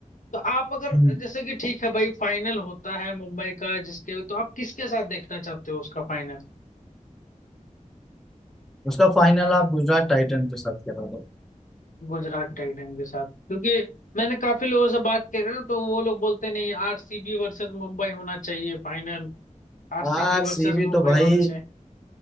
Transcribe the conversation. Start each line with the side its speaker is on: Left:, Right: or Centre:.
Left: तो आप अगर
Centre: हम्म,
Left: जैसे कि ठीक है भाई फाइनल होता है मुंबई का जिसके तो आप किसके साथ देखना चाहते हो उसका फाइनल
Centre: उसका फाइनल आप गुजरात टाइटन के साथ करोगे
Left: गुजरात टाइटन के साथ क्योंकि मैंने काफी लोगों से बात करी ना तो वो लोग बोलते नहीं आरसीबी वर्सेस मुंबई होना चाहिए फाइनल आरसीबी
Centre: आरसीबी
Left: वर्सेस मुंबई
Centre: तो भाई
Left: होना चाहिए